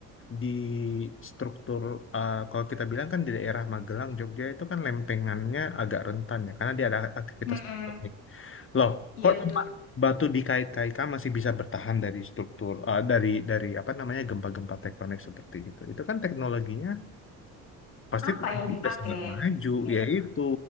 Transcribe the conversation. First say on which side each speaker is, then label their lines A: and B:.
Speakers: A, on the left; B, on the left.
A: di struktur eh, kalau kita bilang kan di daerah Magelang, Jogja itu kan lempengannya agak rentan ya karena dia ada aktivitas
B: Mm-mm.
A: tektonik. Loh,
B: Iya
A: kok
B: betul.
A: tempat batu dikait-kaitkan masih bisa bertahan dari struktur eh, dari dari apa namanya gempa-gempa tektonik seperti itu. Itu kan teknologinya pasti
B: Apa
A: Tuhan
B: yang dipakai?
A: udah sangat maju
B: Kayak
A: ya itu.